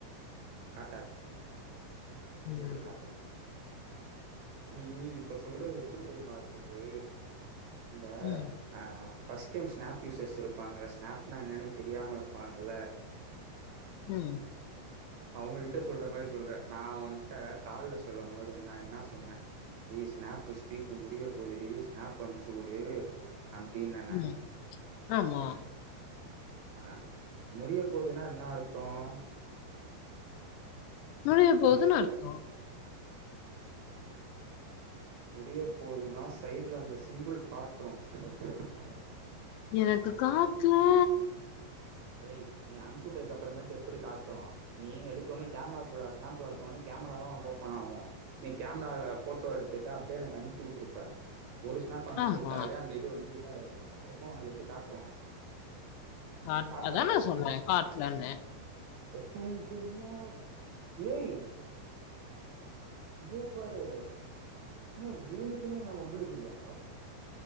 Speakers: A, on the right (about 70°); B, on the left (about 85°).
A: காட்டாது
B: ம்
A: எப்டி காட்டும் நீ இப்ப சொல்றது எப்டி தெரியுமா இருக்குது இந்த
B: ம்
A: ஆஹ் ஃபர்ஸ்ட் டைம் ஸ்நாப் யூசஸ் இருப்பாங்கள ஸ்னாப்னா என்னன்னே தெரியாம இருப்பாங்கல்ல
B: ம்
A: அவுங்க கிட்ட சொல்ற மாரி சொல்றே நான் உன்ட்ட கால்ல சொல்லும் போது நா என்ன சொன்னே ஏ ஸ்நாப் ஸ்டீக் முடிய போது டீ ஸ்நாப் அனுச்சி வுடு அப்டின்ன நானு
B: உம் ஆமா
A: அ முடிய போகுதுன்னா என்ன அர்த்தோம்
B: நுழைய போதுனு அர்த்தோம்
A: முடிய போதுன்னா சைடுல அந்த சிம்பிள் காட்டு ஓகே வா
B: எனக்கு காட்லா
A: ஏய் நீ அம்ச்சிவுட்டது அப்பறமேட்டு எப்டி காட்டோ நீ எடுத்தோவுனே கேமராக்குள்ள ஸ்னாப் போனவுனே கேமராதா உனக்கு ஓப்பன் ஆகும் நீ கேமரால போட்டோ எடுத்துட்டு அப்டியே எனக்கு அம்ச்சிவுட்டுருப்ப ஒரு ஸ்னாப் அம்ச்சிவுட்டாலே
B: ஆமா.
A: அந்த இது வந்து கிளிக் ஆயிடும் அப்புறமா உனக்கு எப்டி காட்டு
B: அ
A: காட்டாது
B: அதா நா சொன்னே காட்லன்னு
A: டும் டும்மோ பேய் இங்கே பாரு என்ன வேணுக்குன்னே என்ன வம்புழுக்கிறியா